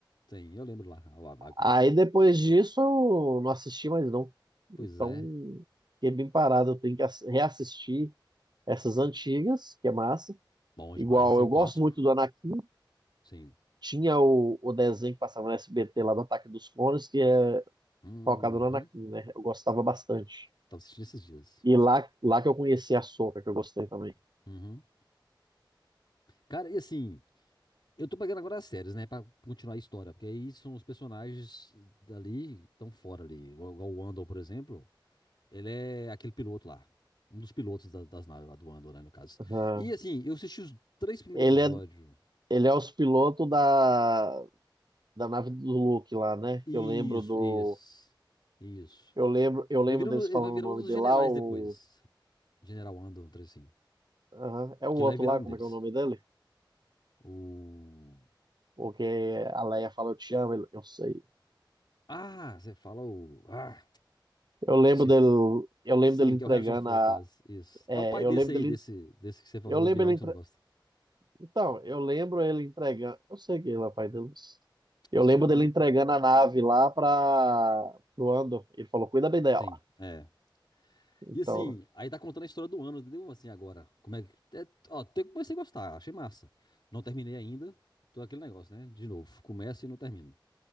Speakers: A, on the left; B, on the right.
A: sim. Eu lembro lá, a a bagunça.
B: Aí depois disso eu não assisti mais não.
A: Pois
B: Então
A: é.
B: fiquei bem parado, eu tenho que ass- reassistir essas
A: Sim.
B: antigas, que é massa.
A: Bom
B: Igual
A: demais. É
B: eu
A: o
B: gosto
A: clássico.
B: muito do Anakin.
A: Sim.
B: Tinha o, o desenho que passava no SBT lá do Ataque dos Clones, que é
A: Uhum.
B: focado no Anakin, né? Eu gostava bastante.
A: Tava assistindo esses dias.
B: E lá, lá que eu conheci a Sokka, que eu gostei também.
A: Uhum. Cara, e assim, eu tô pegando agora as séries, né? Pra continuar a história. Porque aí são os personagens dali que estão fora ali. Igual igual o Andor, por exemplo. Ele é aquele piloto lá. Um dos pilotos da- das naves lá do Andor, né? No caso.
B: Aham.
A: E assim, eu assisti os três primeiros
B: Ele
A: episódios.
B: é, ele é os pilotos da, da nave do Luke lá, né?
A: Isso,
B: Que eu lembro do.
A: isso. Isso.
B: Eu lembro, eu lembro
A: Ele, vira
B: deles
A: um- ele
B: falando
A: vai virar
B: o nome
A: um dos
B: dele
A: generais
B: lá, o.
A: depois. General Andor, um trem assim.
B: aham, É
A: Que
B: o outro
A: lá vai virar
B: lá,
A: um
B: como
A: deles.
B: é que é o nome dele?
A: O.
B: O que a Leia fala, eu te amo, ele, eu sei.
A: Ah, você fala o. Ah,
B: Eu lembro
A: esqueci.
B: dele, eu lembro
A: Sim,
B: dele entregando
A: que é o Harrison Ford
B: a.
A: faz. Isso.
B: é,
A: É o pai desse
B: eu lembro
A: aí,
B: dele,
A: desse, desse que você falou,
B: eu
A: do
B: lembro
A: vilão
B: ele
A: que você não gosta.
B: Então, eu lembro ele entregando. Eu sei que ele é o pai deles. Eu
A: Esqueci
B: lembro
A: o nome
B: dele
A: também.
B: entregando a nave lá para o Andor. Ele falou: cuida bem dela.
A: Sim, é.
B: Então,
A: E assim, aí tá contando a história do ano, entendeu? Assim, agora. Como é que. É, ó, até que comecei a gostar, achei massa. Não terminei ainda. Tô aquele negócio, né? De novo. Começo e não termino.